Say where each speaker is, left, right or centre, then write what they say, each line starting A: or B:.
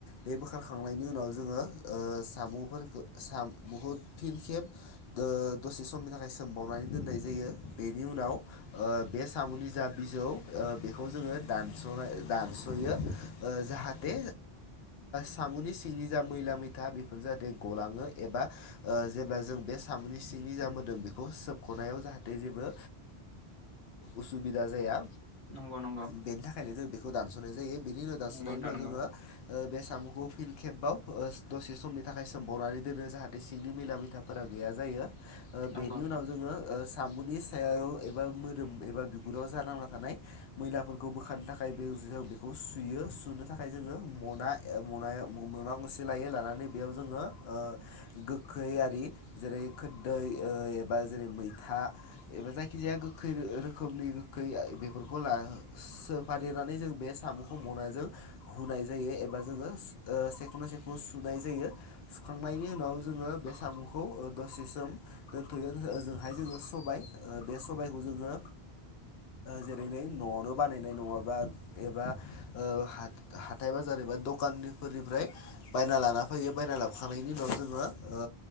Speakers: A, on the left; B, on the left.
A: बे बोखारखांनायनि उनाव जोङो ओ साम'फोरखौ बुहुद फिन खेब ओ दसे समनि थाखाय सोमबावनानै दोननाय जायो बेनि उनाव ओ बे साम'नि जा बिजौ बेखौ जोङो दानस' दानस'यो जाहाथे साम'नि सिंनि जा मैला मैथा बेफोर जाहाथे गलाङो एबा जेब्ला जों बे साम'नि सिंनि जा मोदोम बेखौ सोबख'नायाव जाहाथे जेबो उसुबिदा जाया
B: नंगौ नंगौ
A: बेनि थाखायनो जों बेखौ दानस'नाय जायो बेनि उनाव दानस'नायनि
B: नोंथां
A: उनाव
B: नंगौ
A: जोङो ओ बे सामुखौ फिन खेबबाव दसे समनि थाखाय सोमबावनानै दोनो जाहाथे सिंनि मिला मैथाफोरा गैया जायो
B: नंगौ
A: बेनि उनाव जोङो ओ साम'नि सायाव एबा मोदोम एबा बिगुराव जा नांना थानाय मैलाफोरखौ बोखारनो थाखाय बे ज बेखौ सुयो सुनो थाखाय जोङो मना मनायाव मना गंसे लायो लानानै बेयाव जोङो ओ गोखै ला जेरै खोरदै एबा जेरै मैथा एबा जायखिजाया गोखै रोखोमनि गोखै बेफोरखौ ला सो फादेरनानै जों बे साम'खौ मनाजों हुनाय जायो एबा जोङो ओ सेख'ना सेखन सुनाय जायो। सुखांनायनि उनाव जोङो बे सामु खौ दसे सम दोनथ'यो ओजोंहाय जोङो सबाय ओ बे सबायखौ जोङो जेरै नै न'आवनो बानायनाय नङाबा एबा ओ हा-हाथाय बाजार एबा दखानफोरनिफ्राय बायना लाना फैयो बायना लाबोखांनायनि उनाव जोङो ओ